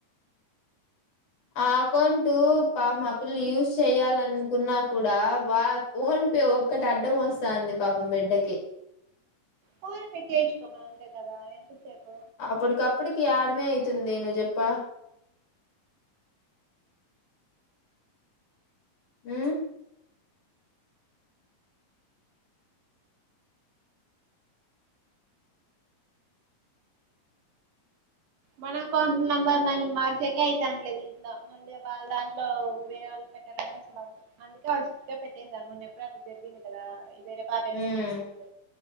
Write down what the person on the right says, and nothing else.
ఫోనె పె చేయిచ్చుకొమను అంతే కదా ఎందుకు <unintelligible>
మన అకౌంట్ నంబర్లన్ని మార్సేకే అయితాండ్లేదు దీంట్లో మళ్ళీ వాళ్ళు దాంట్లో వేరే వాళ్ళు పెట్టారుంటే అసలు అవదు అందుకే వాళ్ళుట్టుగా పెట్టసారు <inaudible> మొన్నెప్పుడడు అట్లా జరిగింది కదా వేరే పాప <inaudible>
చేసిన